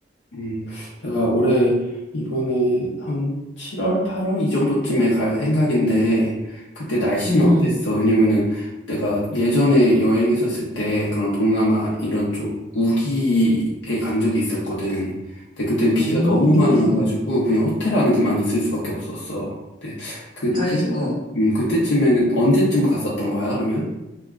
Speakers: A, on the left (about 80°); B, on the left (about 45°).
A: 음, 내가 올해 이번에 한 7월, 8월 이 정도쯤에 갈 생각인데 그때 날씨는
B: 음,
A: 어땠어? 왜냐면은 내가 예전에 여행했었을 때 그런 동남아 이런 쪽 우기에 간 적이 있었거든. 근데 그때는 비가
B: 음.
A: 너무 많이 와가지고 그냥 호텔 안에만 있을 수밖에 없었어. 근데 그때
B: 아이고,
A: 음, 그때쯤에는 언제쯤 갔었던 거야, 그러면?